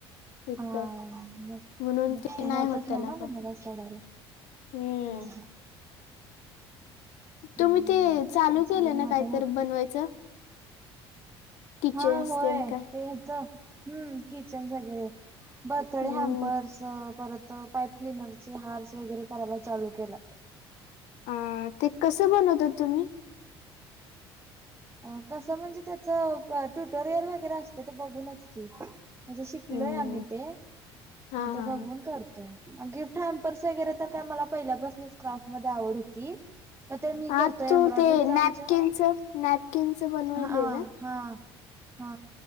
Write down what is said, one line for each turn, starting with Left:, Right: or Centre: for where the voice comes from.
Left: इथ
Right: हा मग
Left: म्हणून
Right: मग ते होतच
Left: होत त्याला
Right: नाही ना
Left: पण.
Right: कणाला सोडायला
Left: हम्म.
Right: हो ह हम्म
Left: तुम्ही ते चालू
Right: असलं
Left: केलं
Right: की म
Left: ना
Right: आता
Left: कायत
Right: होत
Left: बनवायचं किचन्स
Right: हा होय
Left: तेन काय?
Right: तेच हम्म किचन वगैरे बरथडे
Left: हम्म.
Right: हॅम्पर्स परत पाईप क्लनरचे हार्स वगैरे करायला चालू केला
Left: अ ते कसं बनवतात तुम्ही
Right: अ कसं म्हणजे त्याचं ट्युटोरियल वगैरे असते ते बघूनच की म्हणजे शिकलोय
Left: हम्म.
Right: आम्ही ते
Left: हा
Right: मग ते
Left: हा.
Right: बघून करतो गिफ्ट हॅम्पर्स वगैरे तर काय मला पहिल्यापासूनच क्राफ्ट मध्ये आवड होती मग ते मी
Left: हा
Right: करतो एम्ब्रॉयडरीचा
Left: तू ते नॅपकिनच
Right: आमच्या
Left: ना कीस ब बनवले
Right: हा हा हा